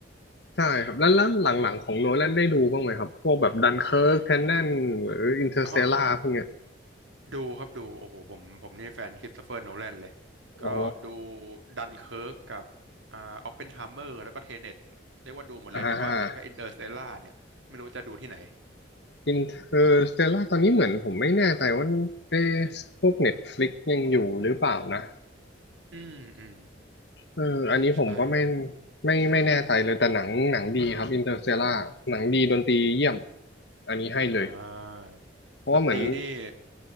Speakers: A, on the left; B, on the right.
A: ๆใช่ครับ แล้วแล้วหลังๆของโนแลนได้ดูบ้างไหมครับ พวกแบบดันเคิร์กแทนแนนหรืออินเตอร์สเตลล่าพวกเนี้ย
B: อ๋อดูครับดูโอ้โหผมผมนี่แฟนคริสโตเฟอร์โนแลนเลยก็ดู
A: อ๋อ
B: ดันเคิร์กกับอ่าออปเพนไฮเมอร์แล้วก็เทเน็ตเรียกว่าดูหมดเลยแต่ว่าเหลือแค่อินเตอร์สเตล่าเนี่ยไม่รู้จะดูที่ไหน
A: อ่า อินเ r อร์สเตลล่าตอนนี้เหมือนผมไม่แน่ใจว่าเอ๊ะพวกเน็ตฟลิกยังอยู่หรือเปล่านะ
B: อืมอืม
A: เอออันนี้ผมก็ไม่
B: ใช่
A: ไม่ไม่แน่ใจเลยแต่หนังหนังดีครับอินเ r อร์สเตลล่าหนังดีดนตรีเยี่ยมอันนี้ให้เลย
B: อ่า
A: เพราะว่าเหมือน
B: ดนตรีนี่